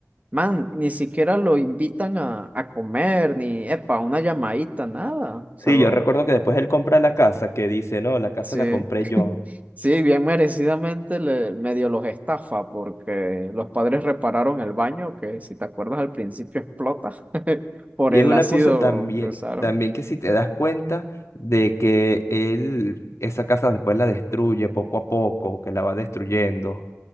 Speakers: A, on the right; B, on the left.
A: Man, ni siquiera lo invitan a, a comer, ni, epa, una llamadita, nada. O sea,
B: Sí,
A: lo,
B: yo recuerdo que después él compra la casa, que dice, no, la casa
A: sí,
B: la compré yo.
A: sí, bien merecidamente le, medio los estafa porque los padres repararon el baño, que si te acuerdas al principio explota <laughs> por
B: Y
A: el
B: es una
A: ácido
B: cosa también,
A: que usaron.
B: también que si te das cuenta de que él, esa casa después la destruye poco a poco, que la va destruyendo,